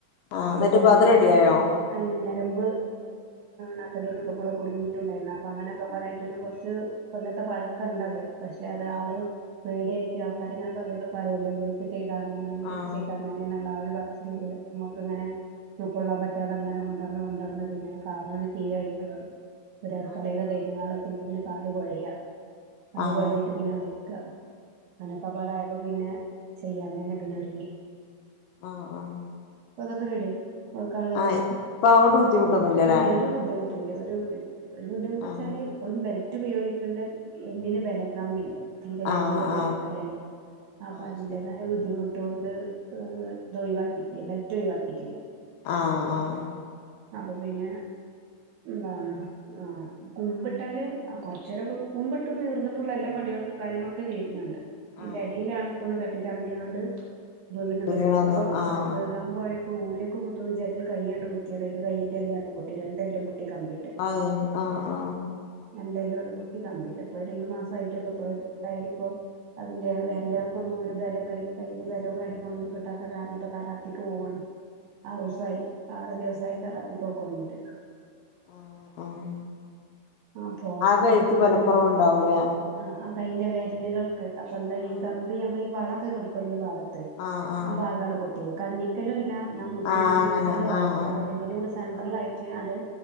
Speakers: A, on the left; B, on the right.
A: ആഹ്
B: അതുപോലെ
A: എന്നിട്ട് <unintelligible>
B: ഉം ഞരമ്പ് നട്ടെല്ലിൻ്റെ ഉള്ളിക്കുടെ കുടുങ്ങിയിട്ടുണ്ടായിരുന്നു അപ്പൊ അങ്ങനെയൊക്കെ പാടായിട്ട് ഒരു കൊറച്ച് കൊല്ലത്തെ പഴക്കൊണ്ടത്. പക്ഷെ അത്
A: ആഹ്
B: ആള് പേടിയായിട്ട് ആൾക്കാരിങ്ങനെ പലതും പറയല്ലോ ഇവരൊക്കെ ചെയ്താ അങ്ങനെ ഇവരൊക്കെ
A: ആഹ്
B: ചെയ്താ ഇങ്ങനെയെന്നൊള്ള ആ ഒരു പറച്ചിലില് നമ്മക്കിങ്ങനെ ഉൾക്കൊള്ളാൻ പറ്റ റ്റാതങ്ങനെ കൊണ്ടടന്ന് കൊണ്ടടന്ന് പിന്നെ കാലൊണ്ട് തീരെ വയ്യാതായി ഓര് അടുക്കളേല്
A: ആഹ്
B: ഡൈ നിങ്ങ് ഹാളെത്തുമ്പോത്തിനു കാല് കൊഴയുവാ കാല്
A: ആഹ്
B: കൊഴഞ്ഞിട്ട് പിന്നെ അവിടേ ക്ക് അങ്ങനെക്കെപാടെ ആയപ്പോപിന്നെ ചെയ്യാൻ തന്നെ പിന്നെയൊരുങ്ങി.
A: ആ ആഹ്
B: ഇപ്പൊ അതൊക്കെ റെഡിയായി ഇപ്പൊക്കെ ആള്.
A: ആഹ് ഇപ്പൊ അതുകൊണ്ട് ബുദ്ധിമുട്ടൊന്നുല്ലല്ലേ
B: ആഹ് ഇല്ല ഒരു ബുദ്ധിമുട്ടൂവില്ല ഒരു ബുദ്ധിമുട്ടുവില്ല ഓര് ബുദ്ധിമുട്ടിച്ചാല്
A: ആഹ്
B: ഇപ്പളും ബെൽറ്റ് ഉപയോഗികണ്ട് എല്ലിന് ബലം കമ്മിണ്ട്. തീരെ എല്ലുബെലം
A: ആഹ് ആഹ്
B: ബെലല്ല്യ അപ്പൊ
A: ആഹ്
B: അതിന്റേതായ
A: ശരി
B: ബുദ്ധിമു ട്ടൊണ്ട് ഇത് ഒഴിവാക്കിയിട്ടില്ല ബെൽറ്റ് ഒഴിവാക്കിയിട്ടില്ല.
A: ആ ആ
B: അപ്പൊപ്പിന്നെ എന്താണ് ആ കുമ്പിട്ടാല് കൊറച്ചേരൊക്കെ കുമ്പിട്ടും നീർന്നിട്ടൊള്ള എല്ലാ പണികളും കാര്യങ്ങളൊക്കെ ചെയ്യുന്നൊണ്ട്. അയിന്റെ
A: ആഹ്
B: എടയിലാണിപ്പൊന്ന് തട്ടി തടഞ്ഞിങ്ങാണ്ട് വീണത്
A: വീണതോ
B: വീഴുമ്പോ
A: ആഹ്
B: ആ വിഴാൻ പോയ പ്പോ ഊരൊക്കെ കുത്തൂന്നുവിചാരിച്ച് കയ്യാണ്ട് കുത്തിയത് അയ്ന്റെ കയ്യിന്റെ എല്ലൊക്കെപൊട്ടി രണ്ടെല്ലുംപൊട്ടി കമ്പിയിട്ട്.
A: ആഹ് ആ ആ
B: രണ്ടെല്ലും അങ്ങട് പൊട്ടി കമ്പിയിട്ട് ഇപ്പോ രണ്ടുമാസായിട്ടൊള്ളൂ ഇപ്പൊത് ഡയ്ലിപ്പോ അതിന്റെ വെരലുകൾക്കൊന്നും ഒരു ബലം കൈ കൈ ബലവും കാര്യങ്ങളൊന്നും കിട്ടാത്ത കാരണം ഇപ്പോ തറാപ്പിക്ക് പോവാണ്.
A: ഉം
B: ആറൂസായി ആറ് ദിവസായി തെറാപ്പിക്കു പോക്കൊടങ്ങീട്ട്.
A: ആഹ് ആഹ്
B: ആ പോ അതായിട്ടങ്ങനെ
A: കൈക്ക് ബലക്കുറവുണ്ടാവൂലേ
B: ആഹ് ആ കൈയ്യിന്റെ വെരലുകൾക്ക് അപ്പൊ എന്താ ഈ
A: ആഹ്
B: കമ്പിയമ്മളീ വളൊക്കെ കെടക്കുവല്ലോ ഈ ഭാഗ ത്ത്
A: ആഹ് ആഹ്
B: ആ ഭാഗാണ് പൊട്ടിയത് കണ്ണിക്കലല്ലാ ന്നാ മുട്ട്
A: ആഹ് അങ്ങനെ
B: മുട്ടിന്റെ ഭാഗത്തുക്കല്ല
A: ആഹ് ആഹ്
B: രണ്ടിന്റെ കൂടെ സെട്രലായിട്ട് ആണ്ട്